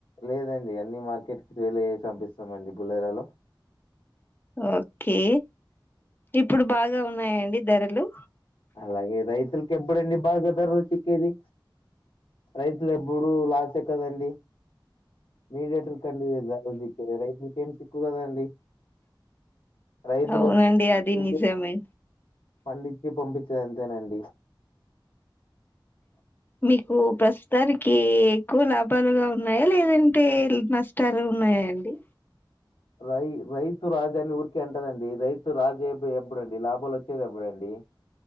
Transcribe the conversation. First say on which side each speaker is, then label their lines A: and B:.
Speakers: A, on the left (about 75°); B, on the left (about 25°).
A: లేదండి. అన్ని మార్కెట్కి ట్రేలే ఏసి పంపిస్తామండి బులరాలో
B: ఒకే ఇప్పుడు బాగా ఉన్నాయండి ధరలు
A: అలాగే రైతులకి ఎప్పుడండి, బాగా ధరలు చిక్కేది. రైతులు ఎప్పుడు లాసే కదండి. మీదేట్ త్రుకండి. ఇదా ఉదిక్త్ రైతులుకేం తిక్కు కదండి. రైతులు
B: అవునండి
A: త్రిబుడే
B: అది నిజమే
A: పండించి, పంపించే అంతేనండి.
B: మీకు ప్రస్తుతానికి ఎక్కువ లాభాలుగా ఉన్నాయా, లేదంటే నష్టాలు. న్నాయాండి.
A: రై రైతు రాజాని ఊరికే అంటారండి. రైతు రాజు ఎప్పుడే, ఎప్పుడుండి లాభాలు వచ్చేది ఎప్పుడండి.